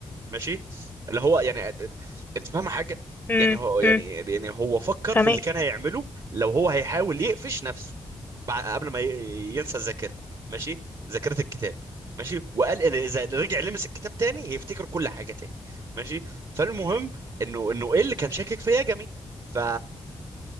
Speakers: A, on the right; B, on the left.
A: ماشي اللي هو يعني انت فاهمه حاجه
B: امم
A: يعني هو يعني
B: امم.
A: يعني هو فكر
B: فاهمك
A: في اللي كان هيعمله لو هو هيحاول يقفش نفسه بعد قبل ما ي- ينسى الذاكره ماشي ذاكره الكتاب ماشي وقال ان اذا رجع لمس الكتاب تاني هيفتكر كل حاجه تاني ماشي فالمهم انه انه ايه اللي كان شاكك في ياجامي ف